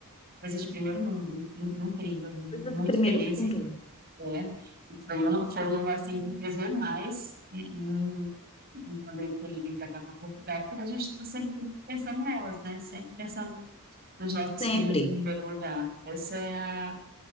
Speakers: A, on the right; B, on the left.
A: coisa de primeiro mundo, in- in- incrível. Muito
B: Coisa de primeiro
A: feliz
B: mundo,
A: é, e foi um, foi um assim que pesou mais e, e- e quando ele foi vir para cá, para Portugal, porque a gente está sempre pensando nelas, né? Sempre pensando nos nossos
B: sempre.
A: filhos em primeiro lugar. Essa é a,